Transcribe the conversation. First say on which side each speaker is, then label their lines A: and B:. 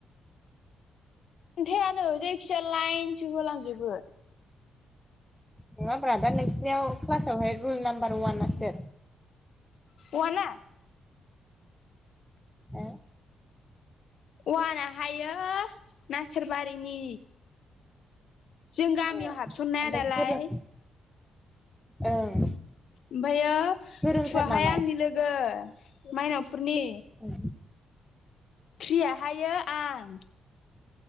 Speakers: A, on the left; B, in the centre.
A: खोनन्थायानो जायखिजाया लाइनसो होलांजोबो।
B: नङा ब्रा दा नोंसिनियाव क्लासावहाय रल नाम्बार वानआ सोर?
A: वाना
B: ओ
A: वाना हायो नासोरबारिनि। जों गामियाव
B: ए
A: हाबसननाया
B: ओमफ्राय
A: दालाय।
B: गोरों ओं
A: ओमफ्रायो
B: गोरोंथार
A: थुवाहाय
B: नामा
A: आंनि लोगो। माइनावफुरनि
B: ए
A: थ्रियाहायो आं